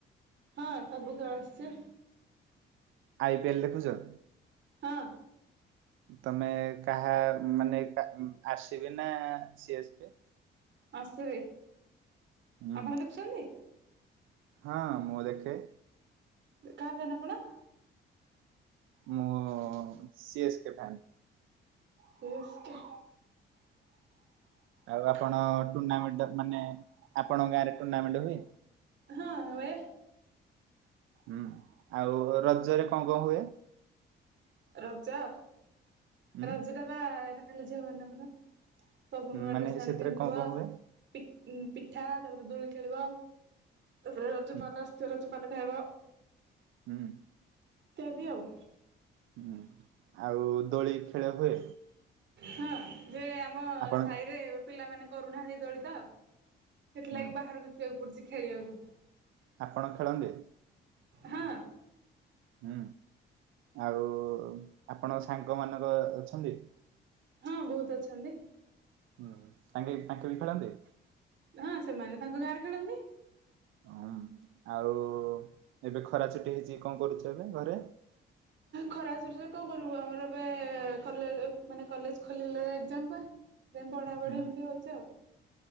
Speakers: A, on the right; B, on the right.
A: ହଁ ସବୁ ଖେଳ ଆସୁଛି
B: ଆଇପିଏଲ ଦେଖୁଛ।
A: ହଁ
B: ତମେ କାହା ମାନେ ଆ ର ସିବି ନା ସି ଏ ସ୍କେ
A: ଆ ର ସିବି
B: ହୁଁ।
A: ଆପଣ ଦେଖୁଛନ୍ତି।
B: ହଁ ମୁଁ ଦେଖେ।
A: କାହା ଫ୍ୟାନ ଆପଣ?
B: ମୁଁ C S K fan.
A: C S K
B: ଆଉ ଆପଣ ଟୁର୍ଣ୍ଣାମେଣ୍ଟ ମାନେ ଆପଣଙ୍କ ଗାଁରେ। ଟୁର୍ଣ୍ଣମେଣ୍ଟ ହୁଏ।
A: ହଁ ହୁଏ।
B: ହୁଁ ଆଉ ରଜରେ କଣ କଣ ହୁଏ?
A: ରଜ
B: ହୁଁ।
A: ରଜଟା ବା ଖାଲି ଝିଅମାନଙ୍କର। ସବୁ ନୂଆ
B: ମାନେ
A: ଡ୍ରେସ୍
B: ସେଥିରେ
A: ଆଣି ପିନ୍ଧିଥିବ।
B: କଣ କଣ ହୁଏ?
A: ପି ଉ ପିଠା ତାପରେ ଦୋଳି ଖେଳିବ। ତା ପରେ ରଜମାନାସ୍ତ
B: ହୁଁ
A: ରଜ ଖଣ୍ଡେ ଖାଇବ।
B: ହୁଁ।
A: ଇତ୍ୟାଦି ଆଉ।
B: ହୁଁ ଆଉ ଦୋଳି ଖେଳ ହୁଏ।
A: ହଁ ଯେ ଆମ
B: ଆପଣ
A: ସାହିରେ ପିଲାମାନେ କରୁନାହାନ୍ତି ଦୋଳିତ। ସେଥିଲାଗି
B: ହୁଁ।
A: ବାହାରକୁ ଯିବାକୁ ପଡୁଛି। ଖେଳିବାକୁ।
B: ଆପଣ ଖେଳନ୍ତି।
A: ହଁ।
B: ହୁଁ ଆଉ ଆପଣ ସାଙ୍ଗ ମାନର ଅଛନ୍ତି।
A: ହଁ ବହୁତ ଅଛନ୍ତି।
B: ହୁଁ ତାଙ୍କେ ତାଙ୍କେ ବି ହେଇକି ଖେଳନ୍ତି।
A: ହଁ ସେମାନେ ତାଙ୍କ ଗାଁରେ ଖେଳନ୍ତି।
B: ହଁ ଆଉ ଏବେ ଖରା ଛୁଟି ହେଇଛି କଣ କରୁଛ ଏବେ ଘରେ?
A: ଖରା ଛୁଟିରେ କଣ କରିବୁ ଆମର ଏବେ କଲେ ମାନେ କଲେଜ ଖୋଲିଲେ ଏଜ୍ଜମ ପା। ତ ପଢା ପଢି
B: ହୁଁ।
A: ଏମିତି ହଉଚି ଆଉ।